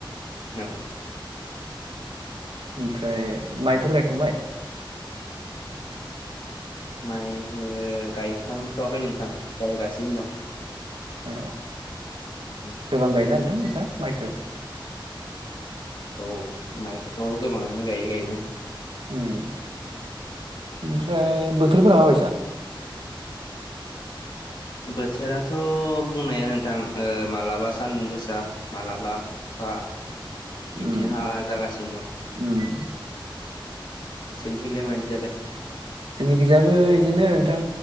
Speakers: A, on the left; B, on the right.
A: औ।
B: <inaudible> ओमफ्राय माइफोर गायखांबाय?
A: माइखौ गायखांथ'वाखै नोंथां गायगासिनो दं।
B: औ
A: दं
B: गोबां गायोन नोंथां नोंस्रा माइखौ?
A: औ माइखौथ' गोबाङानो गायो गायनो।
B: उम ओमफ्राय बोथोरफोरा माबायसा?
A: बोथोराथ' बुंनाया नोंथां ओ मालाबा सानदुं गोसा मालाबा अखा <inaudible> बिदिनो
B: उम
A: हा जागासिनो दं।
B: उम।
A: सेनिथिंनिलाय मादि जादों?
B: जोंनिखिजायाबो इदिनो नोंथां